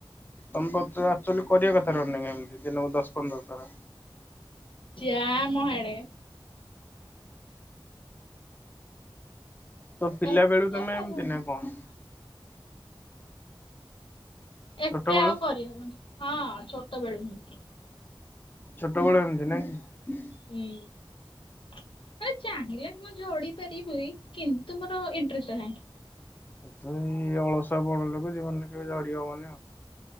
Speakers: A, on the left (about 20°); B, on the left (about 65°).
A: ତମକୁ ଏକଚୁଆଲି କରିବା କଥା ରନିଂ ଏମିତି ଦିନକୁ ଦଶ ପନ୍ଦର ଥର।
B: ଯା ମହାଡେ
A: ତ ପିଲା
B: ଏତେ
A: ବେଳୁ ତମେ
B: କରିହବନି
A: ଏମିତି ନା କଣ?
B: ଏତେ
A: ଛୋଟ ବେଳୁ
B: ଆଉ କରିହବନି ହଁ ଛୋଟ ବେଳୁ ହିଁ।
A: ଛୋଟବେଳୁ ଏମିତି ନାଇଁ
B: ହୁଁ ଚାହିଁଲେ ମୁଁ ଉଡ଼ି ପାରିବି କିନ୍ତୁ ମୋର ଇଣ୍ଟ୍ରେଷ୍ଟ ନାହିଁ।
A: ଏ ତ ଏଇ ଅଳସା ବଡ଼ ଲୋକ ଜୀବ କେବେ ଝଡ଼ି ହବନି ଆଉ।